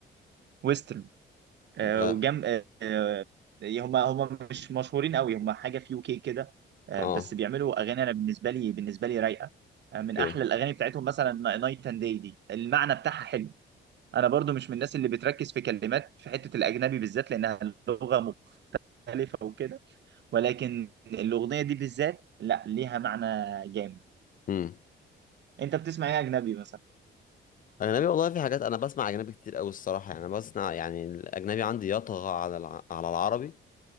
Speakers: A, on the right; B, on the left.
A: ويسترن آه،
B: ده
A: وجم آه، آه، هما هما مش مشهورين قوي هما حاجة في يوكي كده آه،
B: اه
A: بس بيعملوا اغاني انا بالنسبة لي بالنسبة لي رايقة آه، من
B: اوكي
A: احلى الاغاني بتاعتهم مثلا نايت اند داي دي المعنى بتاعها حلو انا برضو مش من الناس اللي بتركز في كلمات في حتة الاجنبي بالذات لانها لغة مختلفة وكده ولكن الأغنية دي بالذات لا ليها معنى جامد
B: امم
A: انت بتسمع ايه اجنبي مثلا
B: اجنبي والله في حاجات انا بسمع اجنبي كتير قوي الصراحه يعني أنا بسمع يعني الاجنبي عندي يطغى على الع... على العربي